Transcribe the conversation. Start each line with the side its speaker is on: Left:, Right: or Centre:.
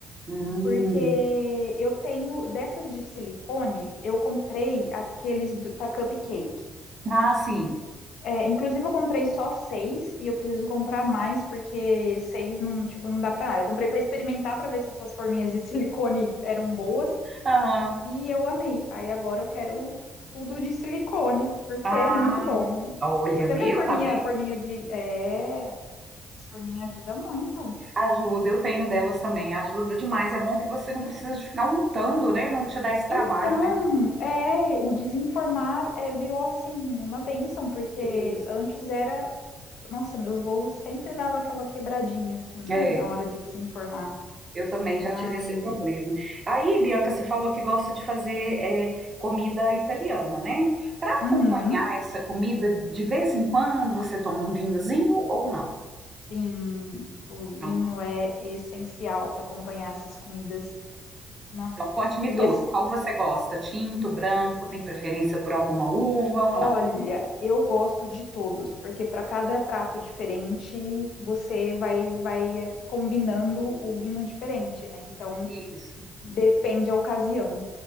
Right: Hum.
Left: porque eu tenho dessas de silicone, eu comprei aqueles para cupcake.
Right: Ah, sim.
Left: É, inclusive, eu comprei só seis e eu preciso comprar mais, porque seis não, tipo, não dá para nada. Eu comprei para experimentar para ver se essas forminhas de <laughs> silicone eram boas
Right: Aham.
Left: e eu amei. Aí agora eu quero tudo de silicone, porque
Right: Ah,
Left: é muito bom.
Right: olha,
Left: Até
Right: viu?
Left: minha forminha,
Right: Tá vendo?
Left: forminha de. É. Isso por mim ajuda muito.
Right: Ajuda, eu tenho delas também, ajuda demais. É bom que você não precisa de ficar untando, né? Não te dá esse trabalho,
Left: Então,
Right: né?
Left: é, o desinformar é, virou assim uma bênção porque
Right: Isso.
Left: antes era, nossa, meus bolos sempre dava aquela quebradinha assim na,
Right: É.
Left: na hora de desinformar.
Right: Eu também
Left: Mas,
Right: já tive esse problema. Aí, Bianca, você falou que gosta de fazer eh, comida italiana, né? Para acompanhar
Left: uhum,
Right: essa comida, de vez em quando você toma um vinhozinho ou não?
Left: sim, o
Right: Não.
Left: vinho é essencial para acompanhar essas comidas. Nossa,
Right: Então, conte-me
Left: e
Right: tudo.
Left: assim,
Right: Qual você gosta? Tinto, branco? Tem preferência por alguma uva ou
Left: olha,
Right: não?
Left: eu gosto de todos, porque para cada prato diferente você vai vai é, combinando o vinho diferente, né? Então
Right: Isso.
Left: Depende da ocasião.